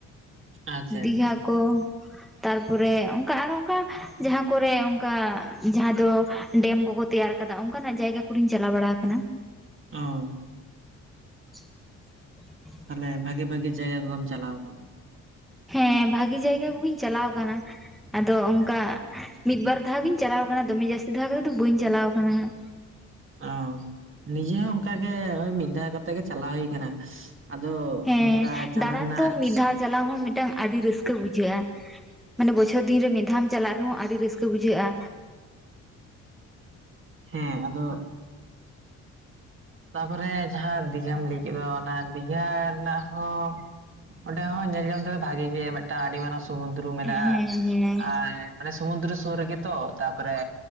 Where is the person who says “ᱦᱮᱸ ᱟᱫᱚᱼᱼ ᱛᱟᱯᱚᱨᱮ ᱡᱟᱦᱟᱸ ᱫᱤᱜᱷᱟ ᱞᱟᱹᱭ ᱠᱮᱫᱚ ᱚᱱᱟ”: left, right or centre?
Right